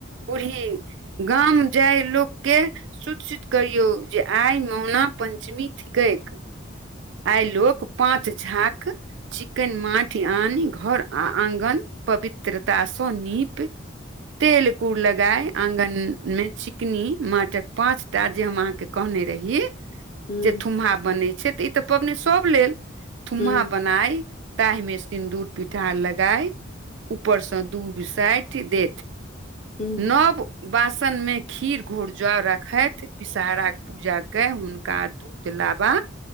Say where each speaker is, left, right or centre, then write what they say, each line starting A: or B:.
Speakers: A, on the right; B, on the left.
A: बुढ़ी गाम जाइ लोक केँ सुत सुत करियौ जे आइ मौना पञ्चमी थिकक आइ लोक पाँच झाँक चिकन माठि आन घर आ आँगन पवित्रतासँ नीप तेल कूड़ लगाय आंगन में चिकनी माटक पांच टा जे हम अहा केँ कहने रहि
B: हूँ
A: जे थुम्हा बनै छै तऽ ई तऽ पाबनि सभ लेल थुम्हा
B: हूँ
A: बनाइ ताहि मे सिन्दूर पिठार लगाय ऊपर से दूभ साइट देत
B: हूँ
A: सब बासन मे खीर घूर ज राखथि विषहरा पूजा केँ हुनका दूध लाबा